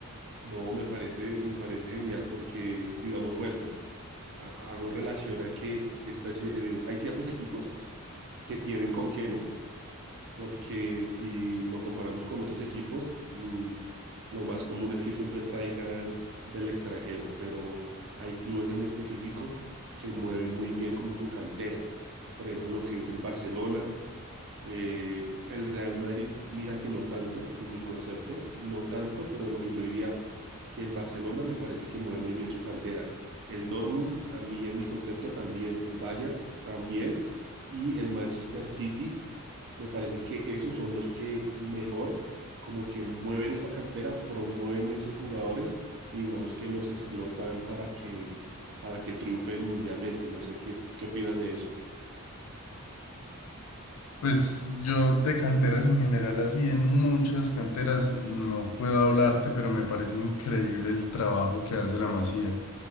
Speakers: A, on the right; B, on the left.
A: No, me parece, me parece genial porque, digamos, bueno, ha- hago relación a que estas, eh, hay ciertos equipos que tienen con qué, ¿no? porque si lo comparamos con otros equipos, mm, lo más común es que siempre traigan del extranjero, pero hay clubes en específico que mueven muy bien como su cantera. Por ejemplo, lo que es el Barcelona, eh, el Real Madrid, mira que no tanto, en mi concepto, no tanto, pero lo que yo diría que el Barcelona me parece que mueve muy bien su cantera. El Dortmund, a mí en mi concepto también, el Bayern también, y el Manchester City, me parece que esos son los que mejor, como que mueven esa cantera, promueven esos jugadores y digamos que los explotan para que, para que triunfen mundialmente. No sé qué, qué opinas de eso.
B: Pues yo de canteras en general, así de muchas canteras, no puedo hablarte, pero me parece increíble el trabajo que hace la Masía.